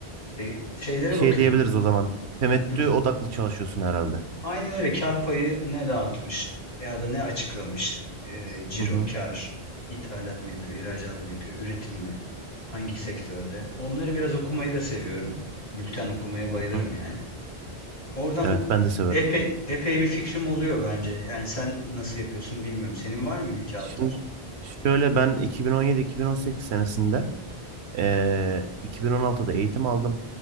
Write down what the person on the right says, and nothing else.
Şey
diyebiliriz o zaman. Temettü
odaklı çalışıyorsun herhalde.
Hı hı.
Hı hı.
Evet ben de severim.
Şimdi şöyle ben 2017-2018 senesinde eee 2016'da eğitim aldım.